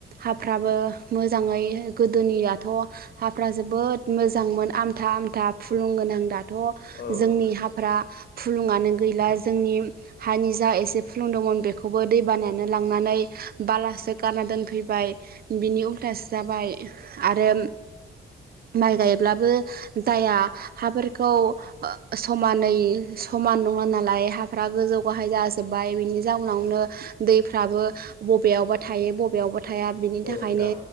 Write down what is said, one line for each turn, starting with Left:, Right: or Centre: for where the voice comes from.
Right: हाफ्राबो मोजाङै गोदोनियाथ' हाफ्रा जोबोद मोजांमोन आमथा आमथा फुलुंगोनां द थ'
Left: औ
Right: जोंनि हाफ फुलुङानो गैला जोंनि हानि जा एसे फुलुंदोंमोन बेखौबो दै बानायानो लांनानै बालासो गारना दोनफैबाय। बिनि उल्थासो जाबाय आरो माइ गायब्लाबो दाया हाफोरखौ समानै समान नङा नालाय हाफ्रा गोजौ गाहाय जाजोब्बाय बिनि जाउनावनो दैफ्राबो बबेयावबा थायो बबेयावबा थाया बिनि थाखायनो
Left: औ नोंथां